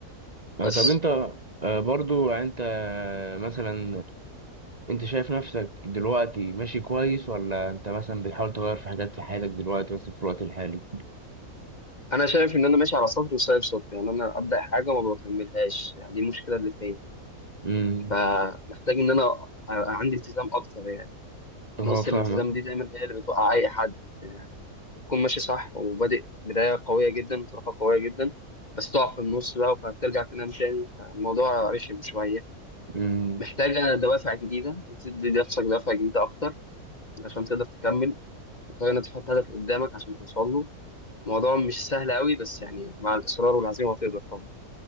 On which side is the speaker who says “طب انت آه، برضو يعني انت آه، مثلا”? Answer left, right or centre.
Right